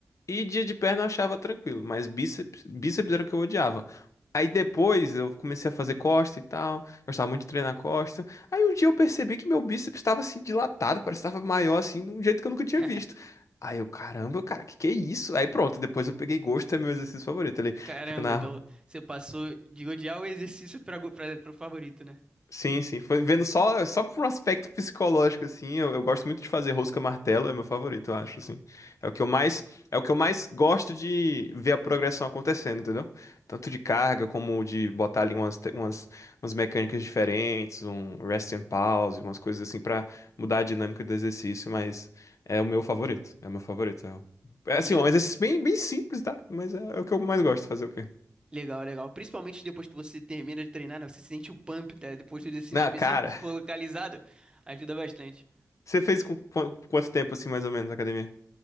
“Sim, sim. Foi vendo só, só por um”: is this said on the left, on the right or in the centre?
Left